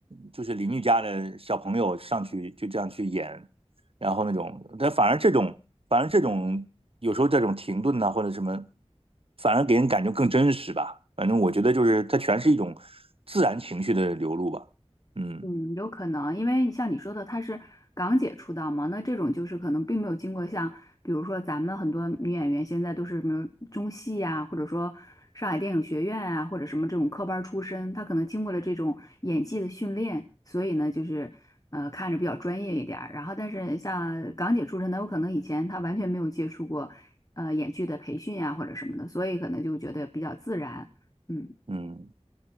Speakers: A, on the right; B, on the left.
A: 就是邻居家的小朋友上去就这样去演，然后那种，但反而这种反而这种有时候这种停顿呐、或者什么，反而给人感觉更真实吧。反正我觉得就是它全是一种自然情绪的流露吧。嗯
B: 嗯，有可能，因为像你说的，她是港姐出道嘛，那这种就是可能并没有经过像，比如说咱们很多女演员现在都是什么中戏呀、或者说上海电影学院啊，或者什么这种科班儿出身，她可能经过了这种演技的训练，所以呢，就是呃看着比较专业一点儿。然后，但是像港姐出身的，有可能以前她完全没有接触过呃演剧的培训呀、或者什么的，所以可能就觉得比较自然。嗯。
A: 嗯。